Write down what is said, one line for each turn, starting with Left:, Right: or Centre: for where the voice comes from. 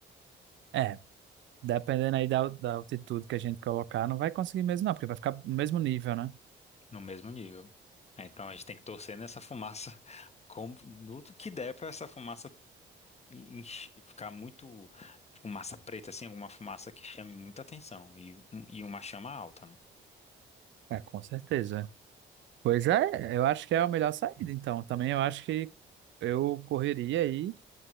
Right: É. Dependendo aí da, da altitude que a gente colocar, não vai conseguir mesmo, não, porque vai ficar no mesmo nível, né?
Left: No mesmo nível. É, então a gente tem que torcer nessa fumaça, <laughs> como tudo que der para essa fumaça enche- ficar muito fumaça preta, assim, alguma fumaça que chame muita atenção e, e uma chama alta, né?
Right: É, com certeza. Pois é, eu acho que é a melhor saída, então. Também eu acho que eu correria aí